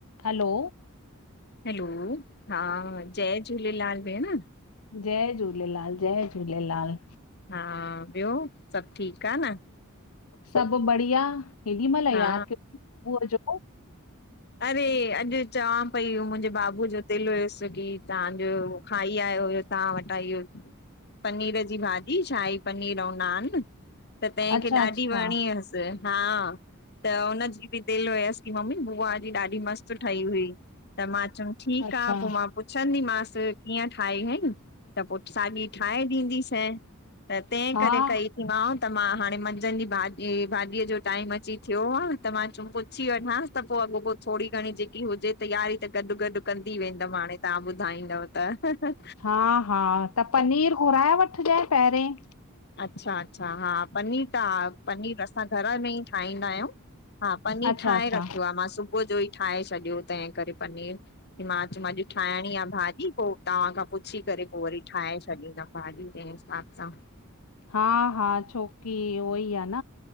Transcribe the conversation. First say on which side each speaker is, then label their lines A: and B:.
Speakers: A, on the left; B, on the left.
A: हलो।
B: Hello, हा जय झूलेलाल भेण।
A: जय झूलेलाल, जय झूलेलाल।
B: हा, ॿियो सभु ठीकु आ न।
A: सभु बढ़िया। हेॾी महिल यादि
B: हा,
A: कयो अथई सुबुह जो,
B: अरे अॼु चवां पई, मुंहिंजे बाबूअ जो दिल हुयोस की तांजो खाई आयो हुयो तां वटां इहो पनीर जी भाॼी, शाही पनीर अउं नान त तैंखे
A: अच्छा
B: ॾाढी
A: अच्छा।
B: वणी हसि, हा। त हुनजी बि दिल हुयसि की मम्मी बुआ जी ॾाढी मस्तु ठही हुई, त मां चयुम ठीकु
A: अच्छा,
B: आ पो मां पुछंदीमासि कीअं ठाही हईं। त पो साॻी ठाहे ॾींदीसौं, त तंहिं
A: हा
B: करे कई। मांउ त मां हाणे मंझंद जी भाॼी भाॼीअ जो टाइम अची थियो आ, त मां चयूम पुछी वठांस त पो अॻोपो थोरी घणी जेकी हुजे तयारी त गॾु गॾु कंदी वेंदमि हाणे तां ॿुधाईंदव त हहहह
A: हा हा, त पनीर घुराए वठजांइ पेहेरें।
B: अच्छा अच्छा हा, पनीर त हा पनीर असां घर में ई ठाहींदा आहियूं। हा, पनीर
A: अच्छा
B: ठाहे
A: अच्छा,
B: रखियो आ, मां सुबुह जो ई ठाहे छॾियो तंहिं करे पनीर कि मां चमुम अॼु ठाहिणी आ भाॼी पो तव्हां खां पुछी करे पो वरी ठाहे छॾींदमि भाॼी ते पास्ता।
A: हा हा छोकी ऊओई आ न,